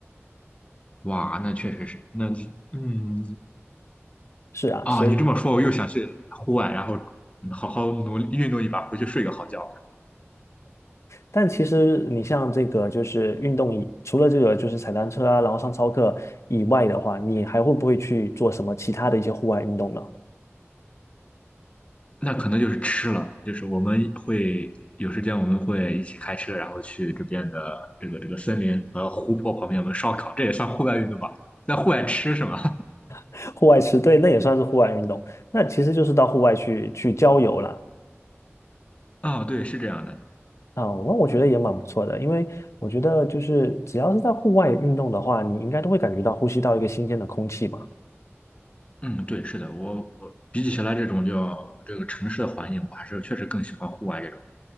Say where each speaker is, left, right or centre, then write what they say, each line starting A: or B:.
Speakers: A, on the left; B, on the left.
A: 哇，那确实是，那嗯，
B: 是啊，
A: 啊，
B: 所以，
A: 你这么说，我又想去户外，然后嗯好好努力运动一把，回去睡个好觉。
B: 但其实你像这个就是运动以，除了这个就是踩单车啊，然后上操课以外的话，你还会不会去做什么其他的一些户外运动呢？
A: 那可能就是吃了，就是我们会有时间，我们会一起开车，然后去这边的这个这个森林和湖泊旁边，我们烧烤，这也算户外运动吧？在户外吃是吗？
B: <laughs> 户外吃，对，那也算是户外运动。那其实就是到户外去去郊游了。
A: <laughs> 啊，对，是这样的。
B: 啊，那我觉得也蛮不错的，因为我觉得就是只要是在户外运动的话，你应该都会感觉到呼吸到一个新鲜的空气嘛。
A: 嗯，对，是的，我我比起来这种叫这个城市的环境，我还是确实更喜欢户外这种。